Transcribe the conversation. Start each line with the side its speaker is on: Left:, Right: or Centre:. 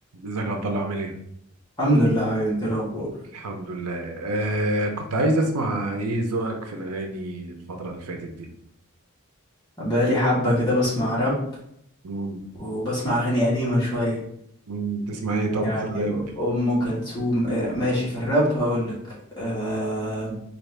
Right: ازيك يا عبد الله عامل ايه؟
Left: الحمد لله حبيبي انت ايه الاخبار
Right: الحمد لله آه كنت عايز اسمع ايه ذوقك في الاغاني الفترة اللي فاتت دي؟
Left: بقالي حبه كده بسمع راب
Right: مم.
Left: وبسمع اغاني قديمه شويه
Right: مم. تسمع ايه طب
Left: يعني
Right: في الراب؟
Left: ام كلثوم اه، ماشي في الراب هقول لك أه